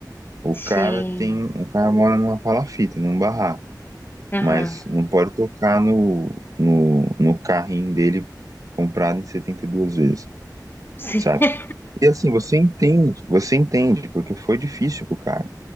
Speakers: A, on the right; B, on the left.
A: O cara
B: Sim,
A: tem, o cara mora numa palafita, num barraco,
B: aham,
A: mas não pode tocar no, no, no carrinho dele comprado em 72 vezes,
B: sim,
A: sabe? E assim, você entende, você entende, porque foi difícil pro cara